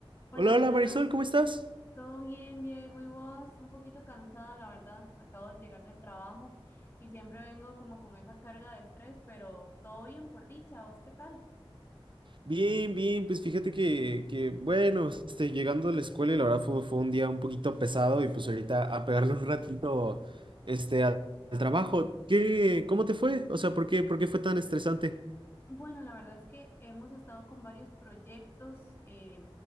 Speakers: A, on the left; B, on the right.
A: Hola,
B: Hola, hola
A: hola.
B: Marisol, ¿cómo estás?
A: ¿Todo bien, Diego? ¿Y vos? Un poquito cansada, la verdad. Acabo de llegar del trabajo y siempre vengo como con esa carga de estrés, pero todo bien por dicha. ¿Vos qué tal?
B: Bien, bien, pues fíjate que, que, bueno, este, llegando a la escuela y la verdad fue, fue un día un poquito pesado y pues ahorita a pegarle un ratito, este, al, al trabajo. ¿Qué, cómo te fue? O sea, ¿por qué, por qué fue tan estresante?
A: Bueno, la verdad es que hemos estado con varios proyectos. eh,